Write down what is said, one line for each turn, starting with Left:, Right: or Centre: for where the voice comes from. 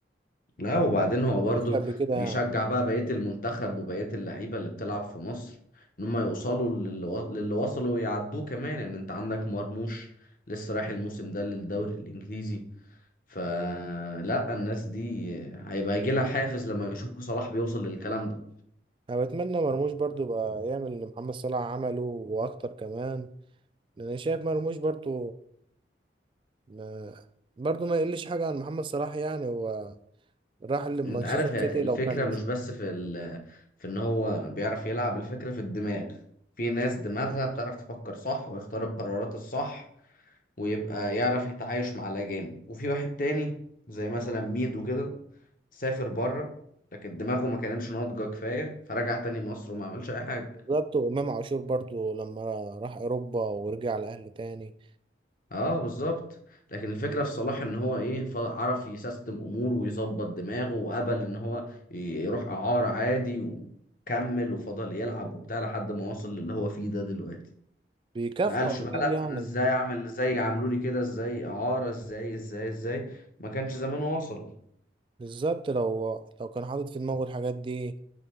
Left: لا وبعدين هو
Right: ما حصلش
Left: برضو
Right: قبل كده
Left: بيشجع
Right: يعني
Left: بقى بقية المنتخب وبقية اللعيبة اللي بتلعب في مصر إن هم يوصلوا للي و- للي وصلوا ويعدوه كمان يعني أنت عندك مرموش لسه رايح الموسم ده للدوري الإنجليزي فلا الناس دي هيبقى يجيلها حافز لما يشوفوا صلاح بيوصل للكلام ده
Right: انا بتمنى مرموش برضه يبقى يعمل اللي محمد صلاح عمله واكتر كمان لان أنا شايف مرموش برضه ما... برضه ما يقلش حاجه عن محمد صلاح يعني هو راح لمانشستر
Left: انت عارف هي
Right: سيتي
Left: الفكرة
Right: لو كان
Left: مش
Right: مش
Left: بس في ال... في ان هو بيعرف يلعب الفكرة في الدماغ في ناس دماغها بتعرف تفكر صح ويختار القرارات الصح ويبقى يعرف يتعايش مع الأجانب وفي واحد تاني زي مثلا ميدو كده سافر بره لكن دماغه ما كانتش ناضجة كفاية فرجع تاني مصر وما عملش أي حاجة
Right: بالظبط وامام عاشور برضه لما راح اوروبا ورجع الاهلي تاني
Left: اه بالظبط لكن الفكره في صلاح ان هو ايه ف- عرف يسيستم اموره ويظبط دماغه وقبل ان هو ي- يروح اعاره عادي وكمل وفضل يلعب وبتاع لحد ما وصل للي هو فيه ده دلوقتي
Right: بيكافحوا
Left: ما قالش
Right: اكيد
Left: بقى لا
Right: يعني
Left: انا ازاي اعمل ازاي عملوا لي كده ازاي اعاره ازاي ازاي ازاي ما كانش زمانه وصل
Right: بالظبط لو لو كان حاطط في دماغه الحاجات دي